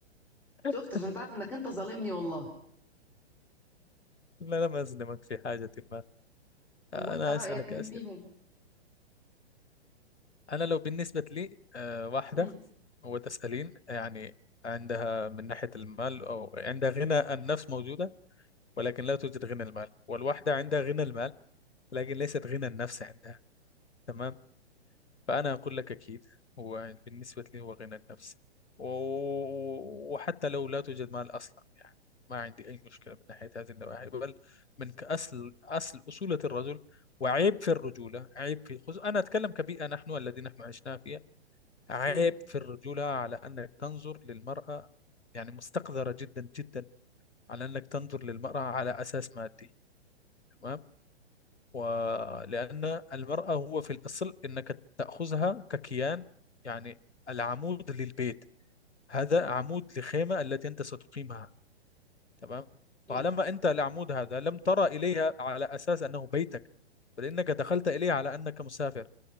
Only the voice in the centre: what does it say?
شفت عشان تعرف انك انت ظالمني والله
طب
وانت رأيك
مين
فيهم
امم
امم
مم.